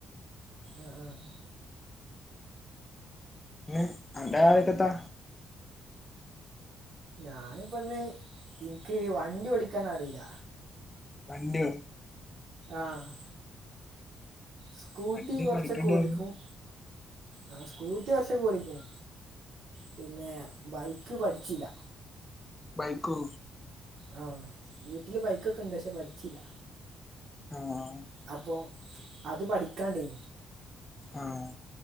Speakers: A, on the right; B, on the left.
A: ആഹ്‌ ആഹ്‌.
B: പിന്നെ അന്റെ ആലേക്കെത്താ
A: ഞാനിപ്പന്ന് എനിക്ക് വണ്ടി ഓടിക്കാൻ അറിയില്ല
B: വണ്ടിയോ
A: ആഹ് സ്കൂട്ടി
B: വണ്ടി
A: കൊറച്ചൊക്കെ
B: പഠിക്കണ്ടേ
A: ഓടിക്കും ആ സ്കൂട്ടി കൊറച്ചൊക്കെ ഓടിക്കും പിന്നെ ബൈക്ക് പഠിച്ചില്ല
B: ബൈക്കൊ
A: ആഹ് വീട്ടില് ബൈക്കൊക്കെ ഇണ്ട് പക്ഷെ പഠിച്ചില്ല
B: ആഹ്
A: അപ്പൊ അത് പഠിക്കാണ്ടേ
B: ആഹ്